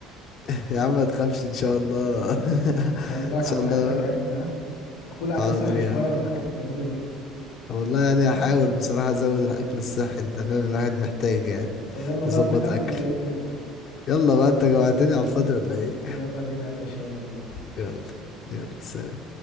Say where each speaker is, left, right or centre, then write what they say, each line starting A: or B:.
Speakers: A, on the left (about 50°); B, on the left (about 75°).
A: <laughs> يا عم ما تخافش ان شاء الله <laughs>
B: خلي بالك
A: ان شاء
B: على صحتك
A: الله
B: يا ابني ها كل اكل
A: حاضر
B: صحي
A: يا
B: شوية
A: عم
B: والحاجات الجميلة دي
A: والله يعني هحاول بصراحة ازود الاكل الصحي انت فاهم الواحد محتاج يعني
B: طب يلا
A: يظبط
B: بقى نروح ناكل
A: اكل
B: ولا ايه الدنيا
A: يلا بقى انت جوعتني على الفاضي ولا ايه
B: يلا بينا يا باشا يلا بينا
A: <laughs> يلا يلا سلام